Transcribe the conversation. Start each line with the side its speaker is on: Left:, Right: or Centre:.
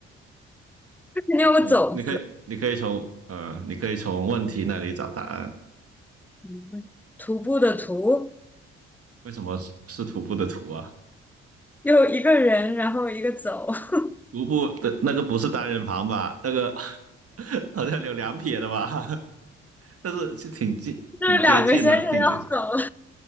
Centre: 肯定有个走字，
Right: 你从你可以你可以从呃，你可以从问题那里找答案。
Centre: 嗯徒步的徒，
Right: 为什么是是徒步的徒啊？
Centre: 又一个人，然后一个走，<laughs>
Right: 徒步的那个不是单人旁吧？那个 <laughs> 好像有两撇的吧？<laughs> 但是就挺近，
Centre: 就是两个先生要走了，
Right: 挺接近了，挺接近。